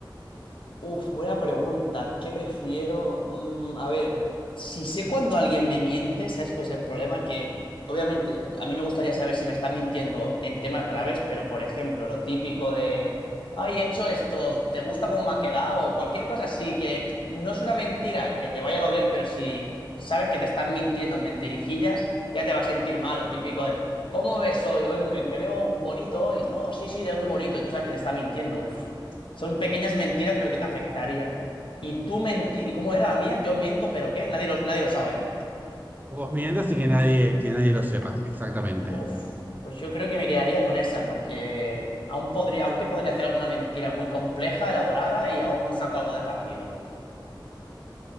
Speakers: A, on the left (about 80°); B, on the right (about 20°).
A: Uf, buena pregunta. ¿Qué prefiero? Mm, a ver, si sé cuando alguien me miente, ¿sabes cuál es el problema? Que obviamente a mí me gustaría saber si me están mintiendo en temas graves, pero por ejemplo, lo típico de, ay, he hecho esto, ¿te gusta cómo me ha quedado? O cualquier cosa así que no es una mentira que te vaya a doler, pero si sabes que te están mintiendo en mentirijillas, ya te va a sentir mal, lo típico de, ¿cómo ves hoy? Hoy me, me veo bonito hoy. No, sí, sí, te ves muy bonito y tú sabes que te está mintiendo. Uf. Son pequeñas mentiras, pero que te afectarían. Y tú mentí, ¿y cómo era la mía? Yo miento, pero ¿qué? Nadie lo, nadie lo sabe, ¿no?
B: Vos mientas sin que nadie, que nadie lo sepa, exactamente.
A: Uf, pues yo creo que me quedaría con esa, porque aún podría, aunque podría hacer alguna mentira muy compleja, elaborada, y aún saco algo de partido.